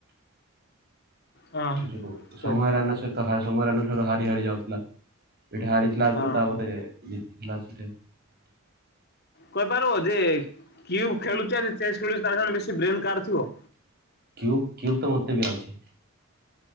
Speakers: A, on the left; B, on the right.
A: ହଁ
B: ଯୋଉ ସମୟରାନା
A: ସରି
B: ସହିତ ସମୟରାନ ହାରି ହାରି ଯାଉଥିଲା ଏଇଠି ହାରିଥିଲା। ଥିଲା
A: ହଁ
B: ଆଗରୁ ତାପରେ ଜିତିଥିଲା ସେଠି।
A: କହିପାରିବ ଯେ କି ଖେଳୁ ଚେସ୍ ଖେଳୁ ତାର ବେଶ ବ୍ରେନ କାର ଥିବ।
B: କ୍ୟୁବ କ୍ୟୁବ ତ ମତେ ବି ଆଉଛି।